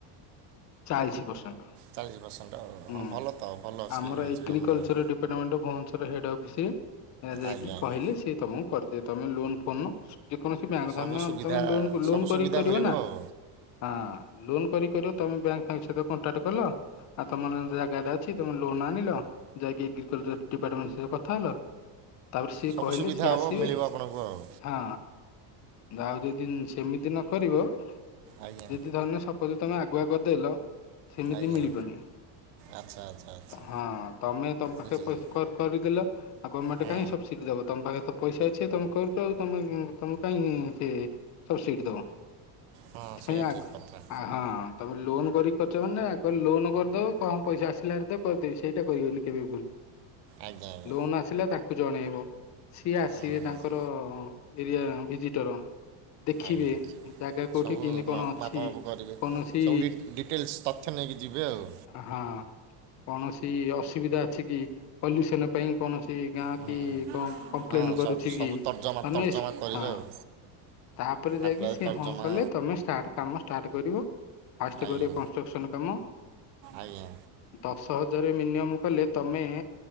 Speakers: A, on the left; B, on the right.
A: ଚାଳିଶି ପରସେଣ୍ଟ।
B: ଚାଳିଶ ପରସେଣ୍ଟ ଆ
A: ହୁଁ।
B: ହଁ ଭଲ ତ ଭଲ
A: ଆମର
B: ସ୍କିମ୍ ଅଛି
A: ଏଗ୍ରିକଲଚର
B: ଗଭର୍ଣ୍ଣମେଣ୍ଟର।
A: <unintelligible> ଭୁବନେଶ୍ୱର ହେଡ ଅଫିସରେ ଯାଇକି
B: ଆଜ୍ଞା ଆଜ୍ଞା
A: କହିଲେ ସେ ତ ମୁଁ କରିଦିଏ ତମେ ଲୋନ ଫୋନ ଯେକୌଣସି ବ୍ୟାଙ୍କ
B: ସବୁ
A: ଧରିନିୟ
B: ସୁବିଧା
A: ତମେ ଲୋନ ଲୋନ
B: ସବୁ
A: କରିକି
B: ସୁବିଧା
A: କରିବ
B: ମିଳିବ
A: ନା
B: ଆଉ
A: ହଁ ଲୋନ କରି କର ତମେ ବ୍ୟାଙ୍କ ସ ସହିତ କଣ୍ଟାକ୍ଟ କଲ ଆଉ ତମର ଜାଗା ଟା ଅଛି ତମେ ଲୋନ ଆଣିଲ ଯାଇକି ଏଗ୍ରିକଲ୍ଚର ଡିପାର୍ଟମେଣ୍ଟ ସ କଥା ହେଲ ତାପରେ ସିଏ
B: ସବୁ
A: କହିଲେ
B: ସୁବିଧା
A: ସିଏ
B: ହେବ
A: ଆସିବେ
B: ମିଳିବ ଆପଣଙ୍କୁ ଆଉ
A: ହଁ ଆଉ ଯଦି ସେମିତି ନ କରିବ ଯଦି
B: ଆଜ୍ଞା
A: ଧରିନିଅ ସ ଯଦି ତମେ ଆଗୁଆ କରିଦେଇଲ ସେମିତି
B: ଆଜ୍ଞା
A: ମିଳିବନି
B: ଆଚ୍ଛା ଆଚ୍ଛା ଆଚ୍ଛା
A: ହଁ ତମେ ତମ ପାଖରେ
B: ବୁଝିଲି
A: ପଇସା କରିଦେଲେ ଆଉ ଗର୍ମେଣ୍ଟ
B: ହଁ
A: କାଇଁ ସବସିଡି ଦେବ ତମ ପାଖେ ତ ପଇସା ଅଛି ତୁମେ କରୁଛ ଆଉ ତମେ ତୁମକୁ କାଇହିଁ ସେଏ ସବସିଡ଼ି ଦେବ।
B: ହଁ
A: ସେଇୟା
B: ସେଇଟା ଠିକ୍ କଥା
A: ଆ ହଁ ତମେ ଲୋନ କରି କ ଲୋନ କରିଦବ କଣ ପଇସା ଆସିଲ ଦେ କରିଦେବି ସେଇଟା କରିବନି କେବେ ଭୁଲ।
B: ଆଜ୍ଞା ଆଜ୍ଞା
A: ଲୋନ ଆସିଲ ଦା କୁ ଜଣେଇବ ସିଏ ଆସିବେ
B: ହୁଁ ହୁଁ
A: ତାଙ୍କର ଏରିଆ ଭିଜିଟର ଦେଖିବେ
B: ଆଜ୍ଞା।
A: ଜାଗା କୋଉଠି
B: ସବୁ
A: କେମିତି କଣ
B: ମାପ୍-ମାପା
A: ଅଛି
B: ମାପୁ କରିବେ,
A: କୌଣସି
B: ସବୁ ଡି-ଡିଟେଲ୍ସ ତ ତଥ୍ୟ ନେଇକି ଯିବେ ଆଉ।
A: ହଁ। କୌଣସି ଅସୁବିଧା ଅଛି କି, ପଲ୍ୟୁସନ ପାଇଁ କୌଣସି ଗାଁ
B: ହୁଁ
A: କି କଣ କମ୍ପ୍ଲେନ
B: ହଁ
A: କରୁଛି
B: ସବୁ ସବୁ
A: କି?
B: ତର୍ଜମା
A: ତନେଶ
B: ତର୍ଜମା କରିବେ
A: ହଁ।
B: ଆଉ
A: ତାପରେ ଯାଇକି
B: ଆପ୍ଲାଏ
A: ସିଏ
B: ତର୍ଜମା
A: ହଁ କଲେ, ତମେ ଷ୍ଟାର୍ଟ କାମ ଷ୍ଟାର୍ଟ କରିବ, ଫାଷ୍ଟ
B: ଆଜ୍ଞା
A: କରିବ କନଷ୍ଟ୍ରକ୍ସନ କାମ
B: ଆଜ୍ଞା।
A: ଦଶ ହଜାରରେ ମିନିୟମ୍ କଲେ, ତମେ